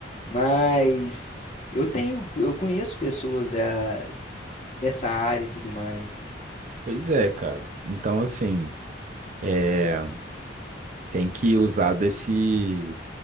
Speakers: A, on the left; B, on the right.
A: mas eu tenho, eu conheço pessoas da, dessa área e tudo mais.
B: Pois é, cara. Então, assim, é, tem que usar desse,